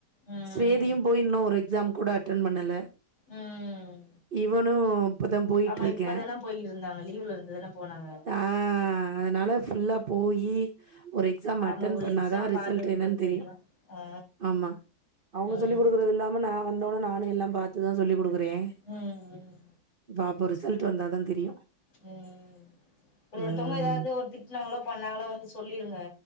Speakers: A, on the left; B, on the right.
A: ம்
B: ஸ்ரேதிம் போய்யின்னோ ஒரு எக்ஸாம் கூட அட்டென் பண்ணல
A: ம்
B: இவனு இப்பதா போயிட்டு
A: ஆமா
B: இருக்க
A: இப்பதான போயிட்டு இருந்தாங்க லீவ்ல இருந்துதான போனாங்க
B: ஆ அதனால ஃபுல்லா போயி ஒரு எக்ஸாம் அட்டன்
A: ஆமா ஒரு
B: பண்ணாதா
A: எக்ஸாம்
B: ரிசல்ட்
A: பாத்ததுக்கு
B: என்னனு
A: அப்புறோ
B: தெரியும்
A: தெரியு ஆ
B: ஆமா அவுங்க
A: ம்
B: சொல்லிடுக்கறது இல்லாம ந வந்தோனே நானும் எல்லாம் பாத்துதா சொல்லிக்கு டுக்குறேன்
A: ம் ம்
B: பாப்போ ரிச ரிசல்ட்டு வந்தா தா தெரியும்
A: உம் ஒரு ஒருத்தங்க
B: ம்
A: ஏதாவது ஒரு திட்டனாங்களோ பண்ணாங்களோ வந்து சொ சொல்லிருங்க